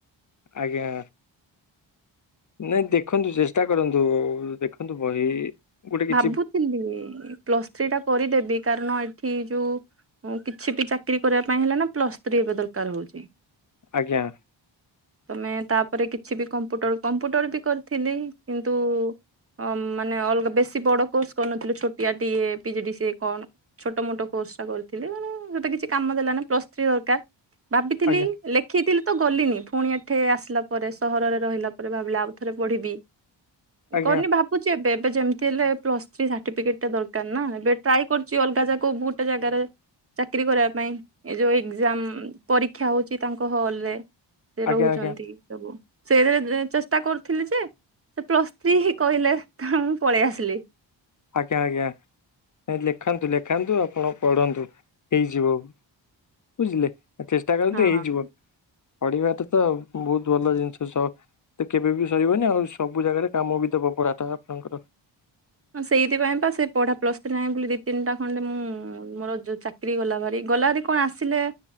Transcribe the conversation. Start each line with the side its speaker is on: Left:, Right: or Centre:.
Left: ଆଜ୍ଞା। ନାଇଁ ଦେଖନ୍ତୁ ଚେଷ୍ଟା କରନ୍ତୁ ଦେଖନ୍ତୁ ବହି ଗୋଟେ କିଛି
Right: ଭାବୁଥିଲି ପ୍ଲସ୍ ଥ୍ରୀ ଟା କରିଦେବି କାରଣ ଏଠି ଯୋଉ ଉଁ କିଛି ବି ଚାକିରି କରିବା ପାଇଁ ହେଲେ ନା ପ୍ଲସ୍ ଥ୍ରୀ ଏବେ ଦରକାର ହଉଚି।
Left: ଆଜ୍ଞା।
Right: ତମେ ତାପରେ କିଛିବି କମ୍ପୁଟର କମ୍ପୁଟର ବି କରିଥିଲି କିନ୍ତୁ ଅ ମାନେ ଅଲଗା ବେଶୀ ବଡ କୋର୍ସ କରିନଥିଲୁ ଛୋଟିଆ ଟିଏ ପିଜିଡିସିଏ କଣ ଛୋଟ ମୋଟ କୋର୍ସ ଟା କରିଥିଲି ଯୋଉଟା କିଛି କାମ ଦେଲାନି ପ୍ଲସ୍ ଥ୍ରୀ ଦରକାର। ଭାବିଥିଲି
Left: ଆଜ୍ଞା
Right: ଲେ ଖିଥିଲି ତ ଗଲିନି ପୁଣି ଏଠେ ଆସିଲା ପରେ ସହରରେ ରହିଲା ପରେ ଭାବିଲ ଆଉ ଥରେ ପଢ଼ିବି।
Left: ଆଜ୍ଞା
Right: କନି ଭାବୁଚି ଏବେ ଏବେ ଯେମତି ତି ହେଲେ ପ୍ଲସ ଥ୍ରୀ ସାଠିପିକେଟା ଦରକାର ନା ଏବେ ଟ୍ରାଏ କରଛି ଅଲଗା ଜାଗ ଗୋଟେ ଜାଗାରେ। ଚାକିରୀ କରିବା ପାଇଁ ଏ ଯୋଉ ଏକ୍ଜାମ ପରୀକ୍ଷା ହୋଉଚି ତାଙ୍କ ହଲରେ ସେ
Left: ଆଜ୍ଞା
Right: ରୋହୁଛନ୍ତି।
Left: ଆଜ୍ଞା
Right: ସବୁ ସେହେ ଚେଷ୍ଟା କରୁଥିଲି ଯେ ସେ ପ୍ଲସ୍ ଥ୍ରୀ ହି କହିଲେ ତା ମୁ ପଳେଇ ଆସିଲି।
Left: ଆଜ୍ଞା ଆଜ୍ଞା ଏ ଲେଖାନ୍ତୁ ଲେଖାନ୍ତୁ ଆପଣ ପଢ଼ନ୍ତୁ ହେଇଯିବ। ବୁଝିଲେ ଏ ଚେଷ୍ଟା କରନ୍ତୁ
Right: ହଁ।
Left: ହେଇଯିବ। ପଢ଼ିବା ଟା ତ ବୋହୁତ ଭଲ ଜିନିଷ ସ ତ କେବେ ବି ସରିବନି ଆଉ ସବୁ ଜାଗାରେ କାମ ବି ଦବ ପଢ଼ାଟା ଆପଣଙ୍କର।
Right: ହଁ ସେଇଥିପାଇଁ ବା ସେ ପଢ଼ା ପ୍ଲ ଥ୍ରୀ ନାହିଁ ବୋଲି ଦି ତିନିଟା ଖଣ୍ଡେ ମୁଁ ମୋର ଯୋଉ ଚା କିରି ଗଲା ଭାରି ଗଲା ହେରି କଣ ଆସିଲେ